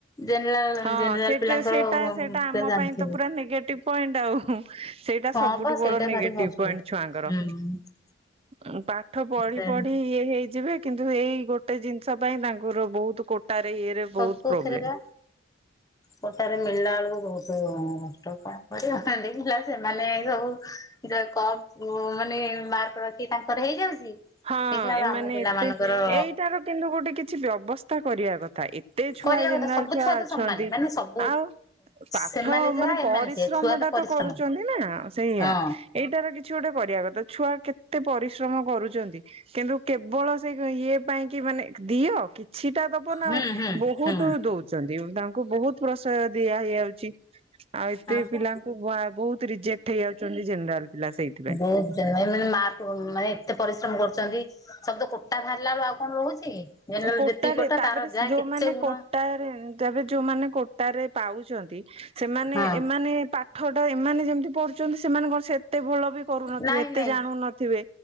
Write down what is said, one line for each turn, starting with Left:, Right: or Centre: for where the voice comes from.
Left: ଜେନେରାଲ
Right: ହଁ
Left: ଜେନେରାଲ
Right: ସେଟା
Left: ପିଲାଙ୍କର
Right: ସେଟା
Left: ତମେ
Right: ସେଟା ଆମ
Left: ଜାଣିଥିବ।
Right: ପାଇଁ ତ ପୁରା ନେଗେଟିଭ ପଏଣ୍ଟ ଆଉ ସେଇଟା
Left: ହଁ
Right: ସବୁଠୁ
Left: ବା ସେଇଟା
Right: ବଡ ନେଗେଟିଭ
Left: ଭାରି କଷ୍ଟ।
Right: ପଏଣ୍ଟ ଛୁଆଙ୍କର।
Left: ହୁଁ
Right: ଆଉ ପାଠ ପଢି
Left: ସେ
Right: ପଢି ଇଏ ହେଇଯିବେ। କିନ୍ତୁ ଏଇ ଗୋଟେ ଜିନିଷ ପାଇଁ ତାଙ୍କର ବହୁତ କୋଟାରେ ଇଏରେ ବହୁତ
Left: ସବୁ
Right: ପ୍ରୋବ୍ଲେମ
Left: ଥରେ ବା
Right: <inaudible>
Left: କୋଟାରେ ମିଳିଲା ବେଳକୁ ବହୁତ କଷ୍ଟ କ କରିନ୍ତି ଦେଖିଲା ସେମାନେ ସବୁ ଜଣେ କମ ମାନେ ମାର୍କ ରଖି ତାଙ୍କର ହେଇଯାଉଛି ଦେଖିଲବେଳୁ
Right: ହଁ ଏମାନେ
Left: ଆମ ପିଲା
Right: ଏତେ
Left: ମାନଙ୍କର
Right: ଏଇଟାର କିନ୍ତୁ ଗୋଟେ କିଛି ବ୍ୟବସ୍ଥା କରିବା କଥା ଏ ଏତେ ଛୁଆ
Left: କରିବା
Right: ଜେନେରାଲ
Left: କଥା ସବୁ
Right: ଛୁଆ
Left: ତ
Right: ଅଛନ୍ତି
Left: ସମାନ ମାନେ ସବୁ
Right: ଆଉ ପାଠ
Left: ସେମାନେ ଯାହା
Right: ମାନେ
Left: ଏମାନେ
Right: ପରିଶ୍ରମଟା
Left: ସେଇଆ ଛୁଆ ପରିଶ୍ରମ
Right: ତ କରୁ କରୁଛନ୍ତି ନା ସେଇଆ,
Left: ହଁ
Right: ଏଇଟାର କିଛି ଗୋଟେ କରିବା କଥା। ଛୁଆ କେତେ ପରିଶ୍ରମ କରୁଚ ନ୍ତି, କିନ୍ତୁ କେବଳ ସେ ଇଏ ପାଇଁ କି ମାନେ ଦିଅ କି ଛିଟା ଦବ ନା
Left: ହୁଁ
Right: ଆଉ,
Left: ହୁଁ
Right: ବହୁତ
Left: ହୁଁ
Right: ଦଉଛନ୍ତି ତାଙ୍କୁ ବହୁତ ପ୍ରସୟ ଦିଆ ହେଇଯାଉଛି, ଆଉ ସେ
Left: ହଁ।
Right: ପିଲାଙ୍କୁ ବହୁତ ରିଜେକ୍ଟ ହେଇ ଯାଉଛନ୍ତି, ଜେନେରାଲ ପିଲା ସେଇଥିପାଇଁ।
Left: ମାନେ ମା ମାନେ ଏତେ ପରିଶ୍ରମ କରୁଚନ୍ତି ସବୁ ତ କୋଟା ବାହାରିଲା ବେଳକୁ ଆଉ କଣ ରହୁଛି? ଜେନେରାଲ
Right: କୋଟାରେ
Left: ଯେତିକି କୋଟା
Right: ତାପରେ
Left: ତାର ଯାହା
Right: ଯୋଉମାନେ
Left: କେତେ ଗୁଣ
Right: କୋଟାରେ ତେବେ ଯୋଉମାନେ କୋ ଟାରେ ପାଉଛନ୍ତି, ସେମାନେ
Left: ହଁ
Right: ଏମାନେ ପାଠଟା ଏମାନେ ଯେମିତି ପଢୁଛନ୍ତି। ସେମାନେ କଣ ସେ ଏତେ ଭଲ ବି କରୁନଥିବେ,
Left: ନାଇଁ
Right: ଏତେ
Left: ନାଇଁ
Right: ଜାଣୁ ନଥିବେ।